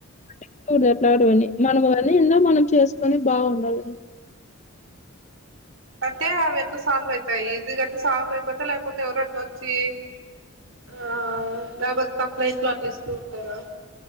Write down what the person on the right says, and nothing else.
అంటే అవి ఎట్లా సాల్వ్ అయితాయి ఈజీగానే సాల్వ్ అయిపోతాయా లేకపోతే ఎవరన్నా వచ్చి ఆ లేపోతే కంప్లైంట్లు అట్లా ఇస్తూ ఉంటారా